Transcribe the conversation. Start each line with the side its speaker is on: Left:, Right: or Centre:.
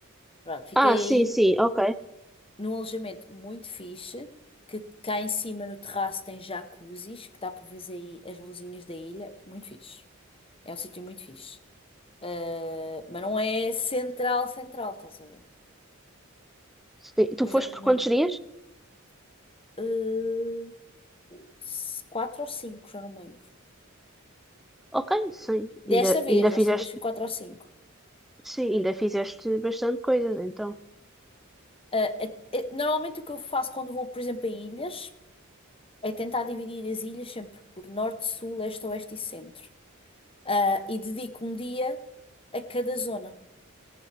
Left: Pronto, fiquei
Centre: Ah, sim, sim, ok.
Left: num alojamento muito fixe, que cá em cima no terraço tem jacuzzis, que dá para ver aí as luzinhas da ilha. Muito fixe. É um sítio muito fixe. Uh, mas não é central, central, estás a ver?
Centre: Sim, Tu
Left: Por exemplo,
Centre: foste por
Left: no,
Centre: quantos dias?
Left: uh, s- quatro ou cinco, já não me lembro.
Centre: Ok, sim. Ainda,
Left: Desta
Centre: ainda
Left: vez, desta
Centre: fizeste,
Left: vez foi quatro ou cinco.
Centre: sim, ainda fizeste bastante coisas, então.
Left: Uh, eh, eh, normalmente o que eu faço quando vou, por exemplo, a ilhas, é tentar dividir as ilhas sempre por norte, sul, leste, oeste e centro. Ah, e dedico um dia a cada zona.